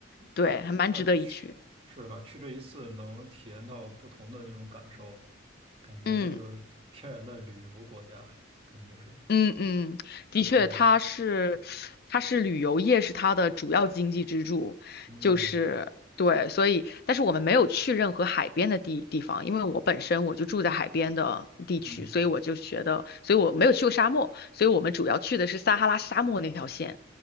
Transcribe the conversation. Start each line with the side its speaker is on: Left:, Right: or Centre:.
Left: 对，
Right: 那那去是啊，
Left: 还蛮值得一去。
Right: 去这一次能体验到不同的那种感受，感觉这就是天然的旅游国家，
Left: 嗯。
Right: 感觉是，
Left: 嗯嗯，的确，
Right: 嗯
Left: 它是，它是旅游业是它的主要经济支柱，
Right: 嗯
Left: 就是对，所以，但是我们没有去任何海边的地地方，因为我本身我就住在海边的地区，
Right: 嗯，
Left: 所以我就觉得，所以我没有去过沙漠，所以我们主要去的是撒哈拉沙漠那条线。